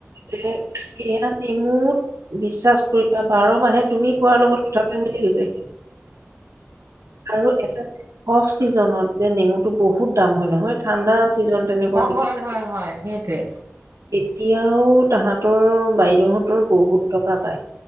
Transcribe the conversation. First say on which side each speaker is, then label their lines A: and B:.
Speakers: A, on the right; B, on the right.
A: সেয়া, সেইয়া নেমুত, বিশ্বাস কৰিবা, বাৰ মাহে তুমি খোৱা লগত <unintelligible> গৈছে আৰু এটা অফ চিজনত যে নেমুটো বহুত দাম হয় নহয়, ঠাণ্ডা চিজন তেনেকুৱা
B: অ
A: নেকি
B: হয় হয় হয়, সেইটোৱে।
A: এতিয়াও তাহাঁতৰ বাইদেউহঁতৰ বহুত টকা পায়।